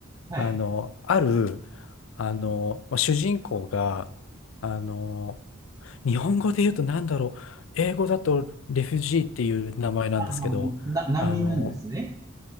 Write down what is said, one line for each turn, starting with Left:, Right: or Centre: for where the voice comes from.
Right: はい。
Left: あの、ある、あの、まあ主人公が、あの、日本語で言うと何だろう、英語だとレフュジーっていう名前なんですけど、
Right: ああ、な、難民なんですね。
Left: あの、